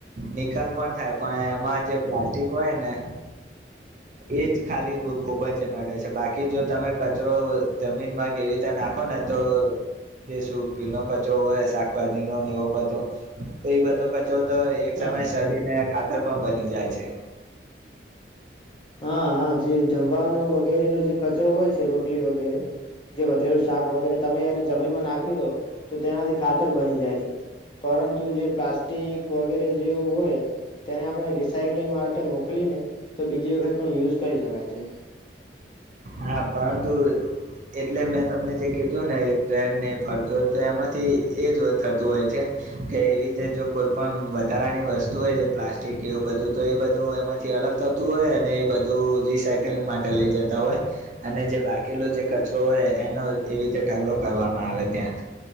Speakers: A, on the right; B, on the left.
A: નિકાલ પણ થાય પણ એમાં જે પ્લાસ્ટિક કોઈને એજ ખાલી ખુબ જ નડે છે બાકી જો તમે કચરો જમીનમાં કેવીતે નાખો ને તો જે શી નો કચરો હોય શાકભાજી નો એવો બધો તો એ બધો તો એક
B: હા
A: સમયે સડીને ખાતર પણ બની જાય છે
B: હા હા જે જમવાનો વગેરેનો જે ખચરો હોય છે રોટલી વગેરે જે વધેલું શાક વગેરે તમે એને જમીનમાં નાખી દો તો તેનાથી ખાતર બની જાય છે પરંતુ જે પ્લાસ્ટ વગેરે જેવું હોય તેને આપણે રિસાયક્લિંગ માટે મોકલીને તો બી બીજી વખત પણ યુઝ કરી શકાય છે
A: હા પરંતુ એટલે મેં તમને જે કીધું ને એ ટ્રેનને એ ફરતું હોય તો એમાંથી એ જ થતું હોય છે કે એવી રીતે જો કોઈ પણણ વધારાની વસ્તુ હોય જે પ્લાસ્ટિક કે એવું બધું તો એ બધું એમાંથી અલગ થતું હોય અને એ બધું રિસાયકલિંગ માટે લઈ જતા હોય અને જે બાકીલો જે કચરો હોય એનો એવી રીતે ઢગલો કરવામાં આવે ત્યાં